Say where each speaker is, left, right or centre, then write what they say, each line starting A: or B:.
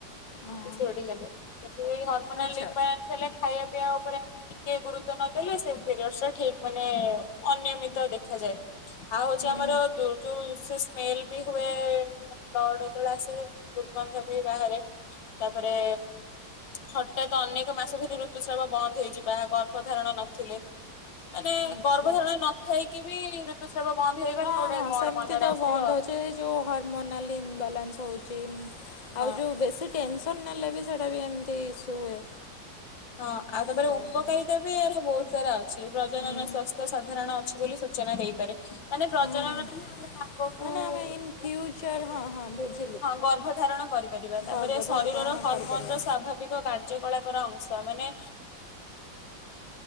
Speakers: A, on the left; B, on the left.
A: ହଁ
B: ପିସିଓଡି ହେଲେ, କିନ୍ତୁ ଏଇ ହର୍ମୋନାଲ୍
A: ଆଚ୍ଛା
B: ଇନବାଲାନ୍ସ ହେଲେ ଖାଇବା ପିଇବା ଉପରେ ଆମେ ଟିକେ ଗୁରୁତ୍ୱ ନ ଦେଲେ ସେ ପିରିୟଡସ୍ ଠିକ୍ ମାନେ ମାନେ ଅନିୟମିତ ଦେଖାଯାଏ, ଆଉ ହଉଛି
A: ହୁଁ
B: ଆମର ଯୋଉ ସେ ସ୍ମେଲ୍ ବି ହୁଏ ବ୍ଲଡ ଯେତେବେଳେ ଆସେ ଦୁର୍ଗନ୍ଧ ବି ବାହାରେ, ତାପରେ ହଠାତ୍ ଅନେକ ମାସ ଧରି ଋତୁସ୍ରାବ ବନ୍ଦ ହେଇଯିବା ଗର୍ଭଧାରଣ ନଥିଲେ। ମାନେ
A: ହୁଁ ଆଚ୍ଛା
B: ଗର୍ଭଧାରଣ ନଥାଇକି ବି ଋତୁସ୍ରାବ ବନ୍ଦ ହେଇଗଲେ
A: ହଁ
B: ଗୋଟାଏ
A: ହଁ
B: କଣ
A: ସେମିତି
B: ମନରେ
A: ତ
B: ଆସିବ।
A: ବନ୍ଦ ହେଉଛି ଏଇ ଯେଉଁ ହର୍ମୋନାଲ୍ ଇନବାଲାନ୍ସ ହଉଚି
B: ହଁ
A: ଆଉ ଯୋଉ ବେଶୀ ଟେନ୍ସନ୍ ନେଲେ ବି ସେଇଟା ବି ଏମ୍ତି ଇସୁ ହୁଏ।
B: ହଁ ଆଉ ତାପରେ
A: ସେଇଟା
B: ଉପକାରିତା ବି ଆର ବହୁତ୍ ସାରା ଅ ଛି, ପ୍ରଜନନ
A: ହୁଁ ହୁଁ
B: ସ୍ୱାସ୍ଥ୍ୟ ସାଧାରଣ ଅଛି ବୋଲି ସୂଚନା ଦେଇପାରେ। ମାନେ ପ୍ରଜନନ
A: ହୁଁ ହୁଁ
B: ମାନେ ଆମେ ଆଗକୁ
A: ମାନେ ଆମେ ଇନ୍
B: ମାନେ
A: ଫ୍ୟୁଚର୍ ହଁ-ହଁ ବୁଝି
B: ହଁ ଗର୍ଭ ଧାରଣ କରିପାରିବା, ତାପରେ
A: ଗର୍ଭଧାରଣ
B: ଶରୀରର ହର୍ମୋନ୍
A: କରିପାରିବା
B: ର ସ୍ୱାଭାବିକ୍ କାର୍ଯ୍ୟକଳାପର ଅଂଶ, ମାନେ